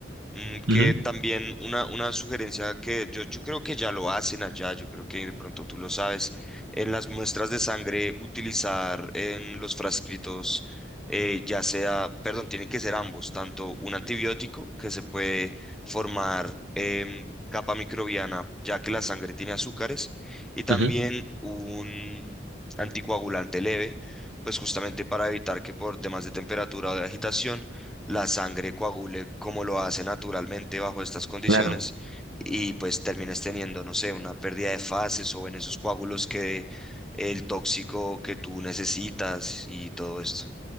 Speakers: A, in the centre; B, on the right.
A: Mm,
B: Ujú,
A: que también una, una sugerencia que yo, yo creo que ya lo hacen allá, yo creo que de pronto tú lo sabes, en las muestras de sangre utilizar en los frascritos, eh, ya sea, perdón, tienen que ser ambos, tanto un antibiótico que se puede formar em, capa microbiana, ya que la sangre tiene azúcares, y también
B: ujú.
A: un anticoagulante leve, pues justamente para evitar que por temas de temperatura o de agitación, la sangre coagule como lo hace naturalmente bajo estas condiciones
B: Claro.
A: y pues terminas teniendo, no sé, una pérdida de fases o en esos coágulos que el tóxico que tú necesitas y todo esto.